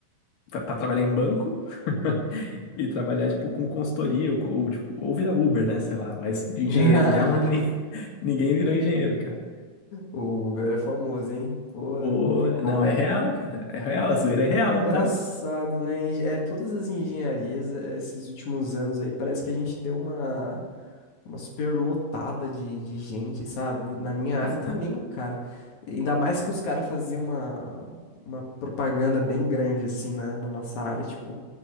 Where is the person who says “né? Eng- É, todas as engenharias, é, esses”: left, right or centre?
Left